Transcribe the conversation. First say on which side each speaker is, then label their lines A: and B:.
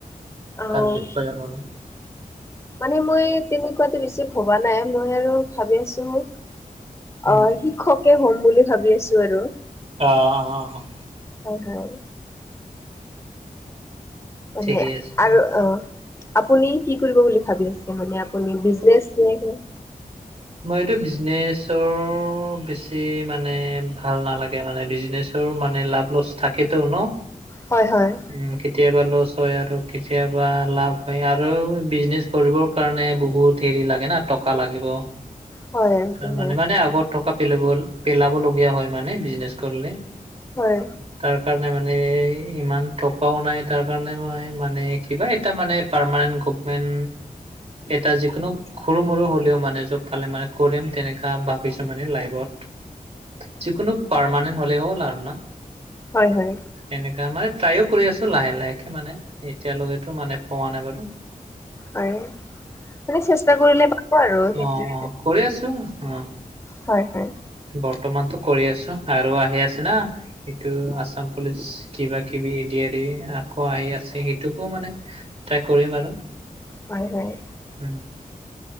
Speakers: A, on the left; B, on the right.
A: অ',
B: তাৰ বিষয় মানে।
A: মানে মই তেনেকুৱাতো বেছি ভবা নাই। মই আৰু ভাবি আছো
B: উম
A: অ শিক্ষকে হম বুলি ভাবি আছো আৰু।
B: অ অ
A: হয়, হয়। মানে
B: ঠিকেই আছে দিয়া
A: আৰু অ আপুনি কি কৰিব বুলি ভাবি আছে মানে আপুনি বিজনেছ নে
B: মই এইটো বিজনেছৰ বেছি মানে ভাল নালাগে, মানে বিজনেছ টোৰ মানে লাভ লছ থাকেটো ন?
A: হয়, হয়,
B: উ কে কেতিয়াবা লছ হয় আৰু কেতিয়াবা লাভ হয় আৰু বিজনেছ কৰিবৰ কাৰণে বহুত দেৰি লাগে না টকা লাগিব।
A: হয়, এইটো
B: তাৰ মানে
A: হয়,
B: মানে আগত থকা পেল পেলাব লগীয়া হয় মানে বিজনেছ কৰিলে।
A: হয়।
B: তাৰ কাৰণে মানে ইমান টকাও নাই। তাৰ কাৰণে মই মানে কিবা এটা মানে পাৰমানেন্ট গভমেন এটা যিকোনো সৰু মৰু হ'লেও মানে জ পালে মানে কৰিম তেনেকা ভাবিছো মানে লাইবত। যিকোনো পাৰমানেণ্ট হ'লেও <unintelligible>
A: হয়, হয়।
B: তেনেকা মানে ট্ৰাইও কৰি আছো লাহে লাহেকে মানে এতিয়ালৈকেতো মানে পোৱা নাই বাৰু।
A: হয়, মানে চেষ্টা কৰিলে পাব আৰু সেইটোৱে।
B: অ অ, কৰি আছো অ।
A: হয়, হয়,
B: বৰ্তমানতো কৰি আছো আৰু আহি আছে না। সেইটো আছাম পুলিচ কিবা কিবি এ ডি আৰি আকৌ আহি আছে সেইটোকো মানে ট্ৰাই কৰিম আৰু।
A: হয়, হয়।
B: উম।